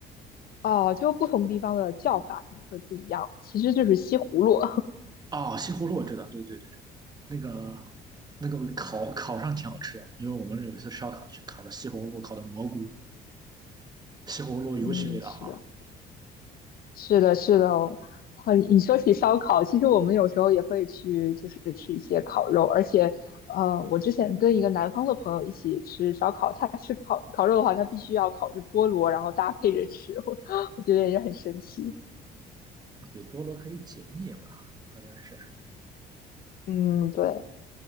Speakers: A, on the left (about 60°); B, on the right (about 25°).
A: 哦，就不同地方的叫法可能会不一样，其实就是西葫芦。
B: 哦，西葫芦我知道，对对对，那个那个烤烤上挺好吃的因为我们有一次烧烤去烤的西葫芦，烤的蘑菇，西葫芦尤其味道好。
A: <laughs> 嗯，是的。是的，是的哦，很，你说起烧烤，其实我们有时候也会去，就是吃一些烤肉，而且，呃，我之前跟一个南方的朋友一起吃烧烤，他吃烤烤肉的话，他必须要烤着菠萝，然后搭配着吃，<laughs> 我我觉得也是很神奇。
B: 对，菠萝可以解腻嘛，好像是。
A: 嗯，对。